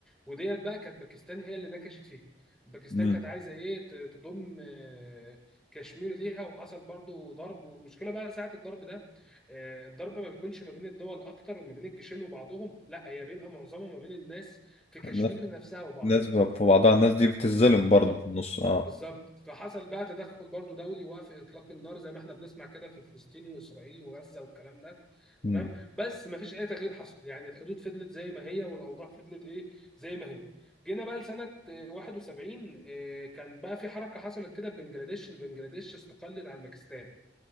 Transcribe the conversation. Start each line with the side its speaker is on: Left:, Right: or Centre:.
Centre: وديت بقى كانت باكستان هي اللي نكشت فيها باكستان
Left: امم
Centre: كانت عايزة ايه ت- تضم آه، كشمير ليها وحصل برضو ضرب والمشكلة بقى ساعة الضرب ده آه، الضرب ما بيكونش ما بين الدول اكتر وما بين الجيشين وبعضهم لا هي بيبقى معظمه ما بين الناس في كشمير
Left: الناس
Centre: نفسها وبعضهم
Left: الناس ب- في بعضها الناس دي بتتظلم برضو
Centre: اه
Left: في النص اه
Centre: بالظبط فحصل بقى تدخل برضو دولي وقف اطلاق النار زي ما احنا بنسمع كده في فلسطين واسرائيل وغزه والكلام ده
Left: امم
Centre: تمام بس ما فيش اي تغيير حصل يعني الحدود فضلت زي ما هي والاوضاع فضلت ايه زي ما هي جينا بقى لسنه آه، 71 آه، كان بقى في حركه حصلت كده في بنجلاديش بنجلاديش استقلت عن باكستان